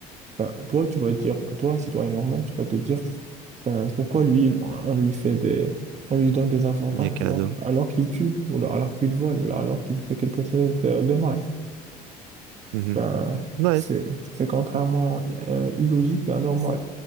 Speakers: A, on the right; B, on the right.
A: Enfin, toi, tu vas te dire, toi, un citoyen normal, tu vas te dire, enfin, pourquoi lui, on lui fait des, on lui donne des avantages
B: Des cadeaux.
A: alors, qu'- alors qu'il tue, ou là, alors qu'il vole, ou là, alors qu'il fait quelque chose de, de mal.
B: Mhm.
A: Ben,
B: Ouais.
A: c'est, c'est contrairement euh, illogique et anormal.